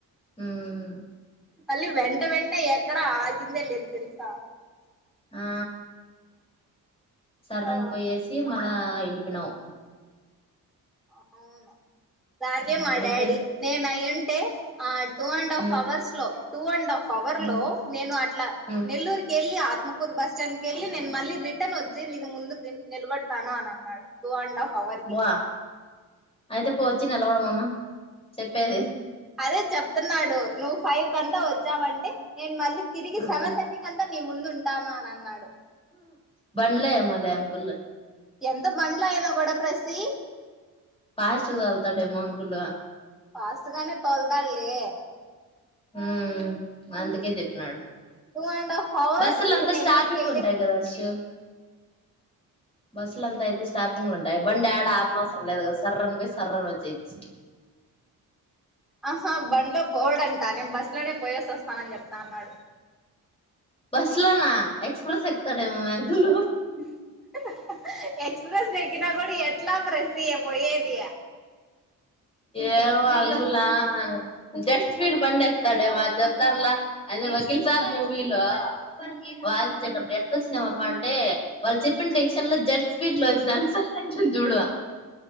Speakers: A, on the left; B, in the centre.
A: మ్మ్
B: మళ్ళీ వెంట వెంటనే ఎక్కడా ఆగిందే లేదు తెలుసా?
A: ఆ సర్
B: ఆ
A: అని పోయేసి మళ్ళా వెలిపోయినావు.
B: అవును, దానికే
A: ఉమ్,
B: మా
A: మీ
B: డాడీ
A: ఫ్రెండ్
B: నేనయ్యుం టే two and half
A: hmm
B: hours లో టూ అండ్ హాఫ్ పవర్
A: మ్మ్
B: లో నేను అట్లా
A: మ్మ్
B: నెల్లూరుకి వెళ్ళి త్మకూర్ బస్ స్టాండ్ క వెళ్ళి నేను మళ్ళీ రిటర్న్ వచ్చిను ముందు కెళ్ళి నిలబడతాను అని అన్నాడు టూ అండ్ హాఫ్. పవర్కి
A: బా అయితే పో వచ్చి నిలవడ మను చెప్పేది.
B: అదే చెప్తున్నాడు నువ్వు ఫైవ్ కంతా వచ్చావంటే నేను మళ్ళీ తిరిగి
A: ఆ
B: సెవెన్ థర్టీ కంతా నీ ముందు ఉంటాను అని అన్నాడు.
A: బండ్లో ఏమోలే అంకుల్
B: ఎంత బండ్లు అయినా కూడా ప్రస్సి.
A: ఫాస్ట్ గా తోల్తాడేమో అనుకున్నా.
B: ఫాస్ట్ గానే తోల్తాడులే,
A: మ్, అందుకే చెప్పినాడు.
B: టూ అండ్ హాఫ్ అవర్
A: బస్సులు
B: కి
A: అంతా
B: నెల్లూరుకి
A: స్టాపింగ్
B: వెళ్ళి
A: ఉంటాయి కదాచ్చూ. బస్సులు అంతా అయితే స్టాపింగ్లు ఉంటాయి. బండియాడా ఆపనవసరం లేదు సర్రన్ పోయి సర్రున వచ్చేయచ్చు.
B: ఆహా, బండ్లో పోడంటా నేను బస్ లోనే పోయేసి వస్తానని చెప్తా నన్నాడు.
A: బస్లో నా ఎక్స్ప్రెస్ ఎక్కుతాడేమో మే అంకుల్.
B: <unintelligible> ఎక్స్ప్రెస్ ఎక్కినా కూడా ఎట్లా ప్రెస్టీయే పోయేది.
A: ఏమో అడుగులే జడ్ స్పీడ్ బండి ఎక్తాడేమో జప్తాన్లే. అది వకీల్సాబ్ మూవీలో వాదించేటప్పుడు ఎట్లా వచ్చినావమ్మ అంటే వాళ్ళు చెప్పిన టెన్షన్ లో జడ్ స్పీడ్ లో వచ్చినాను సార్. న్ చూడు